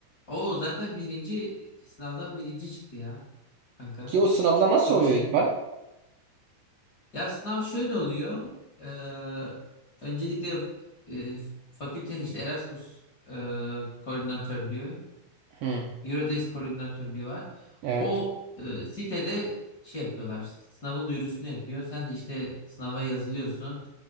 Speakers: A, on the left; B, on the right.
A: O zaten birinci sınavdan birinci çıktı ya kanka.
B: Ki o sınavlar nasıl
A: Çok
B: oluyor
A: şey.
B: İkbal?
A: Ya sınav şöyle oluyor. Ee, öncelikle e, fakültenin işte Erasmus e, koordinatörlüğü,
B: Hı.
A: Eurodesk koordinatörlüğü var.
B: Evet.
A: O e, sitede şey yapıyorlar. Sınavın duyurusunu yapıyor. Sen de işte sınava yazılıyorsun.